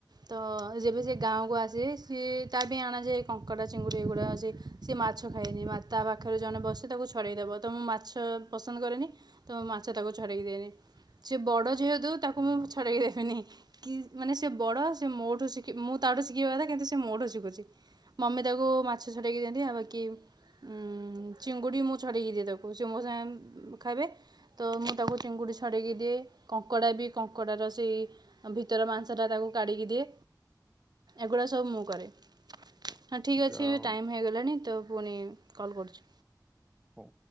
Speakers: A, on the right; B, in the centre.
A: ତ ଯେବେ ସେ ଗାଁକୁୁ ଆସେ ସିଏ ତା ପାଇଁ ଅନା ଯାଏ କଙ୍କଡା ଚିଙ୍ଗୁଡି ଏଗୁଡା ଅ ସେ ମା ମାଛ ଖାଇନି ମା ତା ପାଖରେ ଜଣେ ବସ ତାକୁ ଛଡ଼ାଇଦେବ ତ ମୁଁ ମାଛ ପସନ୍ଦ କରେନି ତ ମାଛ ତାକୁ ଛ ଛଡ଼େଇକି ଦେନି ସିଏ ବଡ଼ ଯେହେତୁ ତାକୁ
B: ହୁଁ
A: ମୁଁ
B: ହୁଁ
A: ଛଡ଼େଇ ଦେବିନି। କି ମାନେ ସେ ବଡ଼ ସେ ମୋଠୁ ଶିଖ ମୁଁ ତାଠୁ ଶିଖିବା କଥା କିନ୍ତୁ ସେ ମୋ ଠୁ ଶିଖୁଛି ମମି ତାକୁ କୋଉ ମାଛ ଛଡେଇକି ଦିଅନ୍ତି ଆଉ ବାକି ଉମ ଚିଙ୍ଗୁଡି ମୁ ଛଡେଇକି ଦିଏ ତାକୁ ସେ ମୋ ସାଙ୍ଗେ ଖାଇବେ ତ ତାକୁ ଚିଙ୍ଗୁଡ଼ି ଛଡ଼େଇକି ଦିଏ କଙ୍କଡ଼ା ବି କଙ୍କଡ଼ାର ସେଇ ଭିତର ମାଂସଟା ତାକୁ କାଢ଼ିକି ଦିଏ ଏଗୁଡ଼ା ସବୁ ମୁଁ କରେ। ହଁ ଠିକ୍ ଅଛି
B: ଯାହା
A: ଏବେ
B: ହଉ
A: ଟାଇମ୍ ହେଇଗଲାଣି ତ ପୁଣି କଲ୍ କରୁଛି।
B: ହଁ।